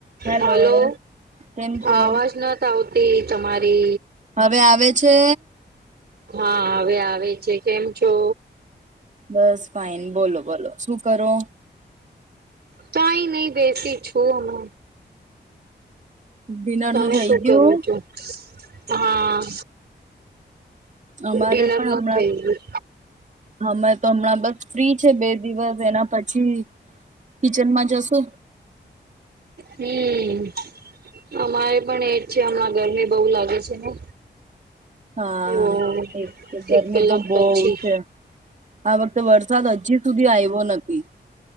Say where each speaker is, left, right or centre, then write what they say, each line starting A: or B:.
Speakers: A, on the right (about 40°); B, on the right (about 65°).
A: Hello
B: hello,
A: કેમ છો?
B: અવાજ ન થ આવતો તે તમારે
A: હવે આવે છે.
B: હા હવે આવે છે કેમ છો
A: બસ ફઇન બોલો બોલો શું કરો
B: કંઈ, નહી બેસી છું હ,
A: ડિનર
B: તમે
A: નું થઈ
B: શું
A: ગયું?
B: કરો છો. હા હા
A: અમારે
B: ડિનર
A: પણ
B: ના
A: હમણાં
B: ખાયું.
A: અમે તો, હમણાં બસ ફ્રી છે બે દિવસ એના પછી કિચનમાં જશો.
B: હમ અ. અમારે પણ એજ છે, હમણાં ગરમી બો લાગે છે ને
A: હા
B: તો
A: અ એ છે, ગરમી
B: એક કલાક
A: તો બોવ
B: પછી
A: છે. આ વખતે વરસાદ હજી સુધી આયવો નથી.